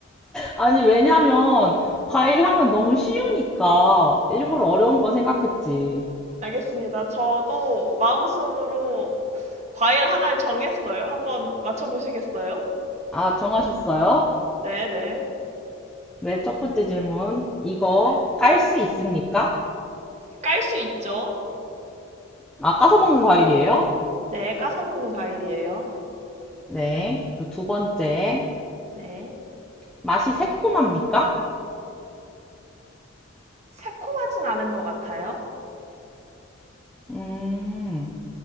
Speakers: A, in the centre; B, on the right (about 35°).
A: 아니, 왜냐면, 과일 하면 너무 쉬우니까, 일부러 어려운 거 생각했지.
B: 알겠습니다. 저도 마음속으로 과일 하나를 정했어요. 한번 맞춰보시겠어요?
A: 아, 정하셨어요?
B: 네, 네,
A: 네, 첫 번째 질문. 이거
B: 네.
A: 깔 수 있습니까?
B: 깔 수 있죠?
A: 아, 까서 먹는 과일이에요?
B: 네, 까서 먹는 과일이에요.
A: 네. 그리고 두 번째.
B: 네.
A: 맛이 새콤합니까?
B: 새콤하진 않은 것 같아요.
A: 음,